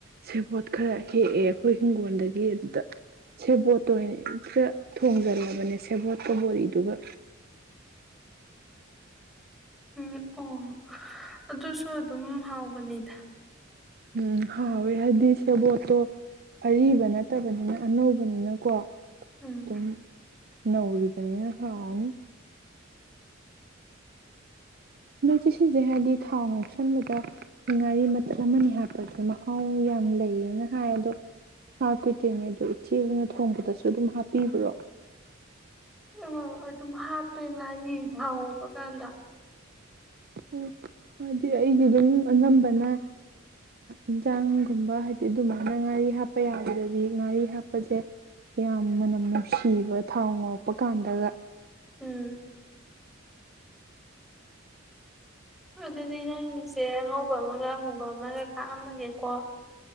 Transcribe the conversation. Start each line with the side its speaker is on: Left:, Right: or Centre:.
Right: ꯁꯦꯕꯣꯠ ꯈꯔ ꯍꯦꯛꯑꯦ ꯑꯩꯈꯣꯏ ꯍꯤꯡꯒꯣꯜꯗꯒꯤ ꯑꯗꯨꯗ ꯁꯦꯕꯣꯠꯇ ꯑꯣꯏꯅ ꯈꯔ ꯊꯣꯡꯖꯜꯂꯕꯅꯦ ꯁꯦꯕꯣꯠꯀꯕꯣꯔꯤꯗꯨꯒ꯫
Centre: ꯎꯝ ꯑꯣ ꯑꯗꯨꯁꯨ ꯑꯗꯨꯝ ꯍꯥꯎꯕꯅꯦ ꯄꯨꯅꯤꯗ
Right: ꯎꯝ ꯍꯥꯎꯋꯦ ꯍꯥꯏꯗꯤ ꯁꯦꯕꯣꯠꯇꯣ ꯑꯔꯤꯕ ꯅꯠꯇꯕꯅꯤꯅ ꯑꯅꯧꯕꯅꯤꯅꯀꯣ
Centre: ꯎꯝ
Right: ꯇꯨꯝ ꯅꯅꯥꯧꯔꯤ ꯄꯅꯦ ꯍꯥꯅꯤ ꯑꯗꯣ ꯏꯆꯤ ꯁꯤꯁꯦ ꯍꯥꯏꯕꯗꯤ ꯊꯥꯎ ꯉꯧꯁꯟꯕꯗꯣꯏ ꯉꯥꯔꯤ ꯃꯇꯜ ꯑꯃꯅꯤ ꯍꯥꯞꯄꯁꯦ ꯃꯍꯥꯎ ꯌꯥꯝ ꯂꯩꯌꯦꯅ ꯍꯥꯏ ꯑꯗꯣ ꯍꯥꯞꯀꯣꯏꯗꯣꯏꯅꯦ ꯑꯗꯣ ꯏꯆꯦ ꯍ ꯑꯣꯏꯅ ꯊꯣꯡꯕꯗꯁꯨ ꯑꯗꯨꯝ ꯍꯥꯞꯄꯤꯕ꯭ꯔꯣ
Centre: ꯑꯣ ꯑꯗꯨꯝ ꯍꯥꯞꯄꯦ ꯂ ꯍꯧꯕ ꯀꯥꯟꯗ
Right: ꯎ ꯍꯥꯏꯗꯤ ꯑꯩꯗꯤ ꯑꯗꯨꯝ ꯑꯅꯝꯕꯅ ꯏꯟꯁꯥꯡꯒꯨꯝꯕ ꯍꯥꯏꯗꯤ ꯑꯗꯨꯃꯥꯏꯅ ꯉꯥꯔꯤ ꯍꯥꯞꯄ ꯌꯥꯕꯗꯗꯤ ꯉꯥꯔꯤ ꯍꯥꯞꯄꯁꯦ ꯌꯥꯝ ꯃꯅꯝ ꯅꯨꯡꯁꯤꯕ ꯊꯥꯎ ꯉꯧꯔꯛꯄ ꯀꯥꯟꯗꯒ
Centre: ꯎꯝ ꯑꯗꯨꯗꯤ ꯅꯪꯒꯤꯛꯁꯦ ꯑꯉꯧꯕ ꯑꯃꯒ ꯑꯃꯨꯕ ꯑꯃꯒ ꯀꯥꯛꯑꯝꯃꯒꯦꯀꯣ꯫